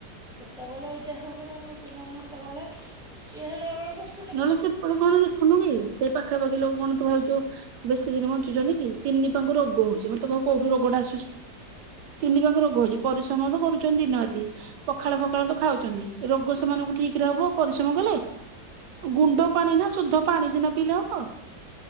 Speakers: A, in the centre; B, on the right.
A: ଯେତେବେଳେ ଦେହ ଖରାପ ହଉଛି ନାହିଁ ହେତେବେଳେ ଇଏ ହେଲା ବେଳକୁ ସ
B: ନହେଲେ ସେପଟେ କଣ ଦେଖନ୍ତୁ କି ସେ ପାଖାପାଖି ଲୋକ କଣ ତୁ ଭାବୁଛୁ ବେଶୀ ଦିନ ବଞ୍ଚୁଛନ୍ତି କି ତିନି ପାଙ୍କୁ ରୋଗ ହଉଛି ମତେ କହ କୋଉଠୁ ରୋଗଟା ଆସୁଛି ତିନି ପାଙ୍କୁ ରୋଗ ହଉଛି ପରିଶ୍ରମ ତ କରୁଛନ୍ତି ଦିନରାତି ପଖାଳ ଫଖାଳ ତ ଖାଉଛନ୍ତି ରୋଗ ସେମାନଙ୍କୁ ଠିକ ରେ ହେବ ପରିଶ୍ରମ କଲେ? ଗୁଣ୍ଡ ପାଣି ନା ସୁଦ୍ଧ ପାଣି ସିନା ପିଇଲେ ହବ।